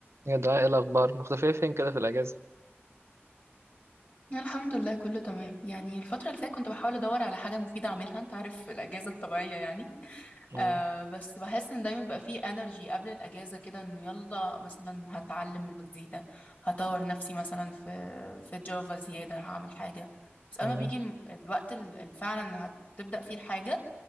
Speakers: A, on the right; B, on the left.
A: يا دعاء ايه الاخبار مختفيه فين كده في الاجازه
B: الحمد لله كله تمام يعني الفترة اللي فاتت كنت بحاول أدور على حاجة مفيدة أعملها أنت عارف الأجازة الطبيعية يعني
A: مم.
B: آه بس بحس إن دايما بيبقى فيه انرجي قبل الأجازة كده إنه يلا مثلا هتعلم لغة جديدة هطور نفسي مثلا في في جافا زيادة هعمل حاجة بس أما
A: مم.
B: بيجي الم- الوقت ال- اللي فعلا هتبدأ فيه الحاجة